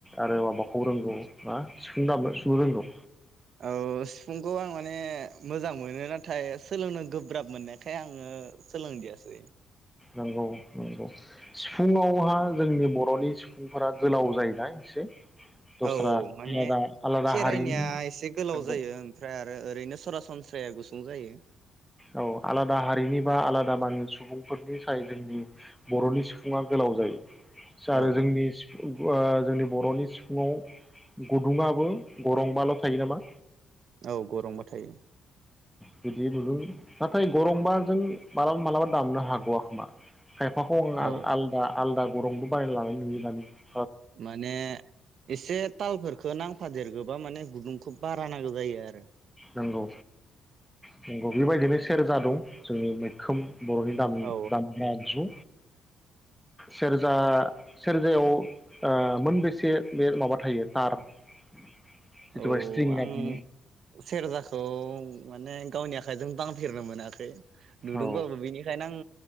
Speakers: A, in the centre; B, on the right (about 65°).
A: आरो माबाखौ रोंगौ मा सिफुं दामनो सुनो रोंगौ
B: औ सिफुंखौ आं माने मोजां मोनो नाथाय सोलोंनो गो गोब्राब मोननायखाय आङो सोलोंदियासै
A: नंगौ नंगौ सिफुुंआवहा जोंनि बर'नि सिफुंफोरा गोलाव जायोना एसे दस्रा
B: औ औ माने
A: आलादा आलादा
B: खेराइनिया
A: हारिनि
B: एसे गोलाव
A: नंगौ
B: जायो ओमफ्राय आरो ओरैनो सरासनस्राया गुसुं जायो
A: औ आलादा हारिनि बा आलादा मानि सुबुंफोरनि साय जोंनि बर'नि सुबुङा गोलाव जायो आरो
B: औ
A: जोंनि सिफुं जोंनि बर'नि सिफुङाव गुदुङाबो गरंबाल' थायो नामा
B: औ गरंबा थायो
A: बिदि नुदों नाथाय गरंबाजों मालाबा मालाबा दामनो हाग'आ खोमा खायफाखौ आं
B: औ
A: आलादा आलादा गरंबो बाय लानाय नुयो दानिया
B: माने एसे तालफोरखौ नांफादेरगोबा माने गुदुंखौ बारा नांगो जायो आरो
A: नंगौ नंगौ बेबायदिनो सेरजा दं जोनि मैखोम बर'नि दाम
B: औ
A: दामग्रा आगजु सेरजा सेरजायाव मोनबेसे बे माबा थायो थार <unintelligible> होनना
B: औ आं
A: बुङो
B: सेरजाखौ माने गावनि आखाइजों दांफेरनो मोनाखै नुदोंबाबो
A: औ
B: बिनिखायनो आं